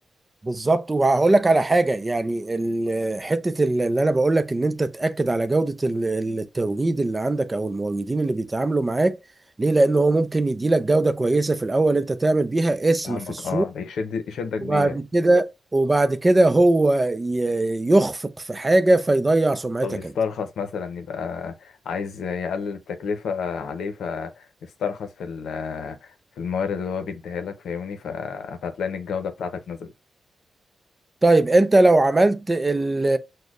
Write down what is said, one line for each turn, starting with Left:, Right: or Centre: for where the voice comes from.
Right: بالظبط وهقول لك على حاجه يعني ال- حته ال- اللي انا بقول لك ان انت تاكد على جوده ال- ال- التوريد اللي عندك او الموردين اللي بيتعاملوا معاك ليه لان هو ممكن يدي لك جوده كويسه في الاول انت تعمل بيها اسم
Left: فاهمك
Right: في السوق
Left: اه يشد يشدك
Right: وبعد
Left: بيها
Right: كده وبعد كده هو ي- يخفق في حاجه فيضيع سمعتك
Left: او يسترخص
Right: انت
Left: مثلا يبقى عايز يقلل التكلفة عليه فيسترخص في ال- في الموارد اللي هو بيديها لك فاهمني ف- فهتلاقي ان الجودة بتاعتك نزلت
Right: طيب انت لو عملت ال-